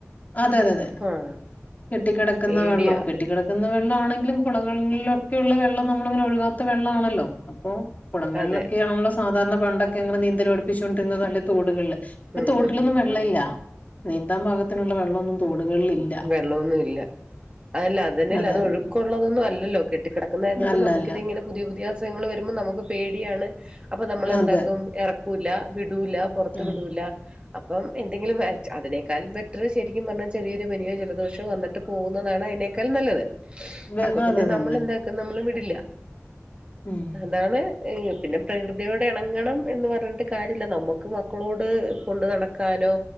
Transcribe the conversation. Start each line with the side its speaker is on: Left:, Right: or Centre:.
Left: അതെ അതെതെ
Right: ആഹ്
Left: കെട്ടിക്കിടക്കുന്ന
Right: പേടിയാ
Left: വെള്ളം കെട്ടി - കെട്ടി കിടക്കുന്ന വെള്ള ആണെങ്കിലും കൊളകങ്ങളിലൊക്കെ ഉള്ള വെള്ളം നമ്മളങ്ങനെ ഒഴുകാത്ത വെള്ളാണല്ലോ അപ്പൊ കുളങ്ങളിലൊക്കെയാണല്ലോ
Right: അതെ
Left: സാധാരണ പണ്ടൊക്കെ അങ്ങനെ നീന്തൽ പടിപ്പിച്ച് കൊണ്ടിരുന്നത് അല്ലെ തോടുകളില് ശ് ഇപ്പ
Right: ഉം
Left: തോട്ടിലൊന്നും
Right: ഉം ഉം
Left: വെള്ള ഇല്ല നീന്താൻ പാകത്തിനുള്ള വെള്ള ഒന്നും തോടുകളിൽ ഇല്ല
Right: വെള്ളോന്നു ഇല്ല അല്ല അതെന്നെല്ല
Left: അതെ
Right: അത്
Left: അതെ
Right: ഒഴുക്കൊള്ളള്ളതൊന്നു അല്ലല്ലോ കെട്ടി കെടക്കുന്നായ തോണ്ട്
Left: അല്ല
Right: നമുക്ക്
Left: അല്ല
Right: ഇത് ഇങ്ങനെ പുതിയ പുതിയ അസുഖങ്ങൾ വരുമ്പൊ നമുക്ക് പേടിയാണ് അപ്പൊ നമ്മൾ എന്താക്കും
Left: അതെ
Right: എറക്കൂല വിടൂല പുറത്ത്
Left: ആ
Right: വിടൂല അപ്പം എന്തെങ്കിലും വെച്ച് അതിനേക്കാൾ ബെറ്റർ ശരിക്കും പറഞ്ഞാൽ ചെറിയ ത് പനിയോ ജലദോഷോ വന്നിട്ട് പോവുന്നതാണ് അയിനേക്കാൽ നല്ലത്
Left: വെ-
Right: അപ്പൊ പിന്നെ
Left: അത്
Right: നമ്മൾ
Left: തന്നെ
Right: എന്ത ഇത് നമ്മള് വിടില്ല
Left: ഉം
Right: അതാണ് ഇ പിന്നെ പ്രകൃതിയോടെ ഇണങ്ങണം എന്ന് പറഞ്ഞിട്ട് കാര്യം ഇല്ല നമ്മക്ക് മക്കളോട് കൊണ്ട് നട - ക്കാനോ